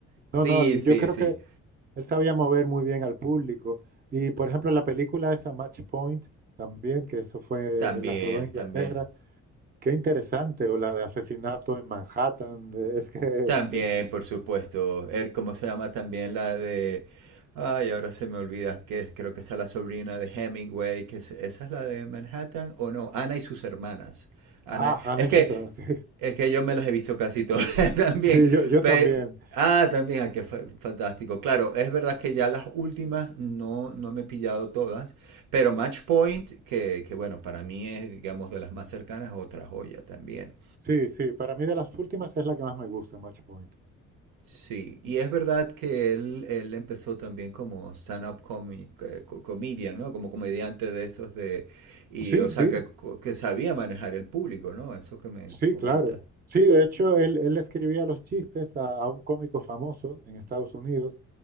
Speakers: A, on the right; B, on the right.
A: sí,
B: No, no, l-
A: sí,
B: yo creo
A: sí,
B: que él sabía mover muy bien al público y, por ejemplo, la película esa Match Point también, que eso fue,
A: también,
B: él la rodó en Inglaterra.
A: también.
B: Qué interesante, o la de asesinato en Manhattan, eh, es que <laughs>
A: También,
B: es...
A: por supuesto. Er, ¿cómo se llama también la de... Ay, ahora se me olvida que es- creo que está la sobrina de Hemingway, que es- esa es la de Manhattan o no, Ana y sus hermanas. Ana,
B: Ah, han
A: es
B: hecho
A: que
B: eso, <laughs> sí.
A: es que yo me las he visto casi todas <laughs> también.
B: Sí, yo, yo
A: Pe-
B: también.
A: ah, también, ah, qué fa- fantástico. Claro, es verdad que ya las últimas no no me he pillado todas, pero Match Point, que que bueno, para mí es digamos de las más cercanas, otra joya también.
B: Sí, sí, para mí de las últimas es la que más me gusta, Match Point.
A: Sí, y es verdad que él, él empezó también como stand-up comi- eh, co- comedian, ¿no? Como comediante de esos de... Y,
B: Sí,
A: o sea,
B: sí,
A: que, que sabía manejar el público, ¿no? Eso que me
B: sí,
A: comenta.
B: claro. Sí, de hecho, él, él escribía los chistes a, a un cómico famoso en Estados Unidos